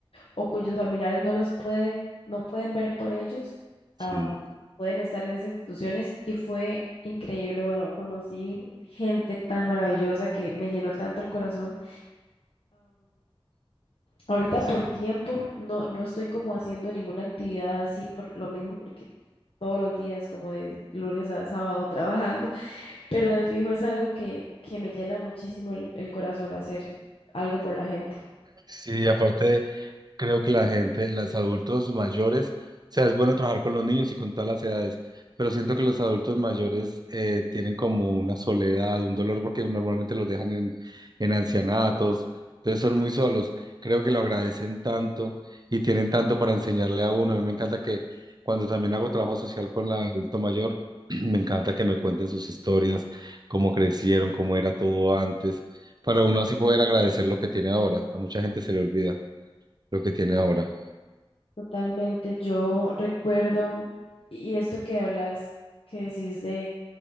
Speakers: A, on the left; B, on the right.
A: o cuyos familiares no los pueden, no pueden ver por ellos, am,
B: Sí,
A: pueden estar en esas instituciones y fue increíble. Bueno, conocí gente tan maravillosa que me llenó tanto el corazón. Ahorita
B: sí.
A: por tiempo no, no estoy como haciendo ninguna actividad así por lo mismo, porque todos los días, como de lunes a sábado trabajando, <laughs> pero de fijo es algo que, que me llena muchísimo el, el corazón hacer algo por la gente.
B: Sí, aparte creo que la gente, los adultos mayores, o sea, es bueno trabajar con los niños y con todas las edades, pero siento que los adultos mayores eh, tienen como una soledad, un dolor, porque normalmente los dejan en, en ancianatos, entonces son muy solos. Creo que lo agradecen tanto y tienen tanto para enseñarle a uno. A mí me encanta que cuando también hago trabajo social con la adulto mayor, <clears throat> me encanta que me cuenten sus historias, cómo crecieron, cómo era todo antes para uno así poder agradecer lo que tiene ahora. A mucha gente se le olvida lo que tiene ahora.
A: Totalmente, yo recuerdo, y esto que hablas, que decís de